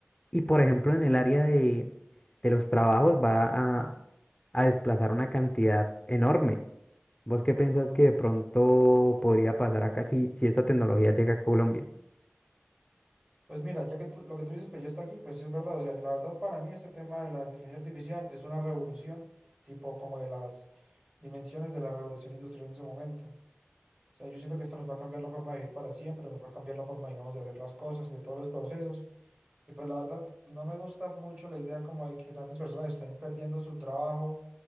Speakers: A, on the left; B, on the right.
A: y por ejemplo en el área de, de los trabajos va a, a desplazar una cantidad enorme. ¿Vos qué pensás que de pronto podría pasar acá si, si esta tecnología llega a Colombia?
B: Pues mira, ya que tú, lo que tú dices, pues ya está aquí, pues sí es verdad, o sea, la verdad para mí este tema de la inteligencia artificial es una revolución, tipo como de las dimensiones de la revolución industrial en su momento. O sea, yo siento que esto nos va a cambiar la forma de vivir para siempre, nos va a cambiar la forma, digamos, de hacer las cosas, de todos los procesos, Y pues la verdad, no me gusta mucho la idea como de que tantas personas estén perdiendo su trabajo,